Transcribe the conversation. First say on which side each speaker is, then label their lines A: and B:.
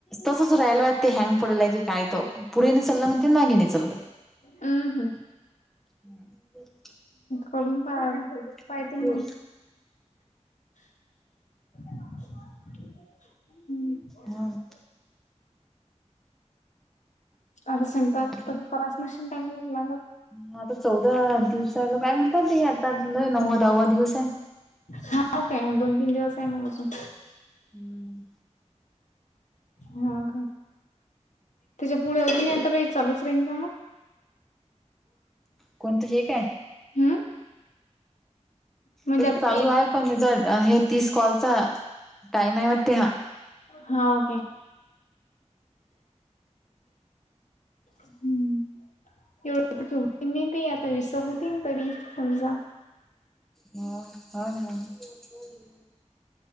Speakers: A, in the centre; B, on the left.
A: तसच राहियला ते हँग पडेल आहे की काय तो, पुढे नि चालेल म्हण ते मागे नाही चालं.
B: हम्. हम्म.
A: बर.
B: करून पाहा पाहतील
A: शिव
B: मग, हम्म.
A: हं न
B: <inaudible> आता संपाक,
A: आणखी
B: क्रॉ मशीन टालं.
A: हा आता चौदा दिवसाला काय म्हणतात, ते आता नव्वा दहावा दिवस आहे.
B: हाव काय दोन तीन दिवस आहे मग अजून.
A: हंम्म.
B: हा काय. तिच्या पुढे अजूनही आता काही चालूच राहीन का मग?
A: कोण तुझी हे काय?
B: हम्म. म्हणजे
A: ते
B: आता
A: तर चालू आहे, पण त्याचा हे तीस कॉलचा टाइम आहे वाटते हा.
B: हाव काय? हम्म. तेव की होती मी बी आता विस होती तरी समजा.
A: मग, हो ना हो ना.